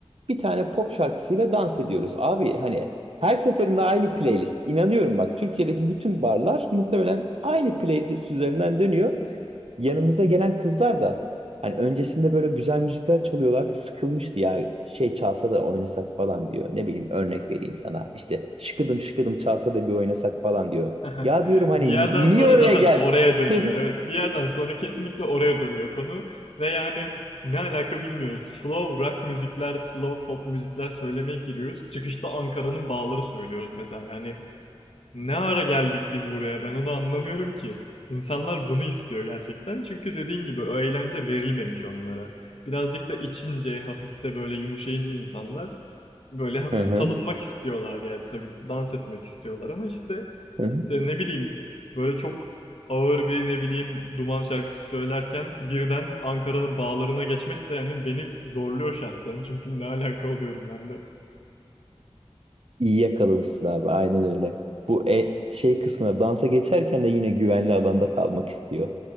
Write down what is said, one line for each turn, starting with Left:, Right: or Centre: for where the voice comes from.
Right: bir tane pop şarkısıyla dans ediyoruz. Abi hani her seferinde aynı playlist. İnanıyorum bak Türkiye'deki bütün barlar muhtemelen aynı playlist üzerinden dönüyor yanımızda gelen kızlar da hani öncesinde böyle güzel müzikler çalıyorlardı sıkılmıştı ya şey çalsa da oynasak falan diyor. Ne bileyim örnek vereyim sana. işte şıkıdım şıkıdım çalsa da bir oynasak falan diyor.
Left: <laughs>
Right: Ya diyorum hani
Left: Bir yerden sonra
Right: niye oraya
Left: zaten
Right: gel?
Left: oraya dönüyor.
Right: <laughs>
Left: Evet, bir yerden sonra kesinlikle oraya dönüyor konu ve yani ne alaka bilmiyoruz. Slow rock müzikler, slow pop müzikler söylemeye giriyoruz. Çıkışta Ankara'nın bağları söylüyoruz mesela. Yani Ne ara geldik biz buraya? Ben onu anlamıyorum ki. İnsanlar bunu istiyor gerçekten. Çünkü dediğin gibi o eğlence verilmemiş onlara. Birazcık da içince, hafif de böyle yumuşayınca insanlar böyle hafif
Right: Hı hı,
Left: salınmak istiyorlar. Yani tabii dans etmek istiyorlar ama işte
Right: hı hı.
Left: işte ne bileyim böyle çok ağır bir ne bileyim Duman şarkısı söylerken birden Ankara'nın bağlarına geçmek de yani beni zorluyor şahsen. Çünkü ne alaka oluyorum ben de.
Right: İyi yakalamışsın abi aynen öyle. Bu e- şey kısmına dansa geçerken de yine güvenli alanda kalmak istiyor.